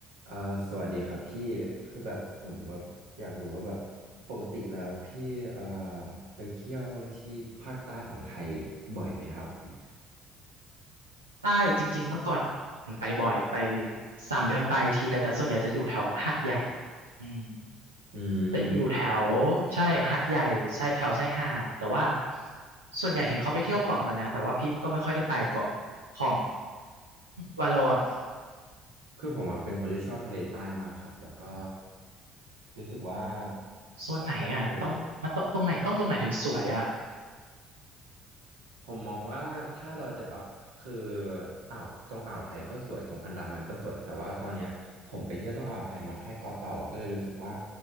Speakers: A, on the right; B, on the right.
A: อ่าสวัสดีครับพี่คือแบบผมแบบอยากรู้ว่าแบบปกติแล้วพี่อ่าไปเที่ยวที่ภาคใต้ของไทยบ่อยไหมครับผม
B: ใต้จริงๆเมื่อก่อนไปบ่อยไปสามเดือนไปทีเลยแต่ส่วนใหญ่จะอยู่แถวหาดใหญ่อืม
A: อื
B: แต่อยู่แถวใช่หาดใหญ่ใช่แถวชายหาดแต่ว่า
A: ม
B: ส่วนใหญ่เห็นเขาไปเที่ยวเกาะกันนะแต่ว่าพี่ก็ไม่ค่อยได้ไปเกาะของวาโลอ่ะ
A: คือผมอะเป็นคนที่ชอบทะเลใต้มากครับแล้วก็รู้สึกว่า
B: โซนไหนอ่ะมันต้องมันต้องตรงไหนต้องตรงไหนถึงสวยอ่ะ
A: ชอบไปทะเล ผมมองว่าถ้าเราจะเอาคืออ่าวตรงอ่าวไทยก็สวยตรงอันดามันก็สวยแต่ว่าตอนเนี้ยผมไปเที่ยวตรงอ่าวไทยมาแค่เกาะเต่าก็เลยรู้สึกว่า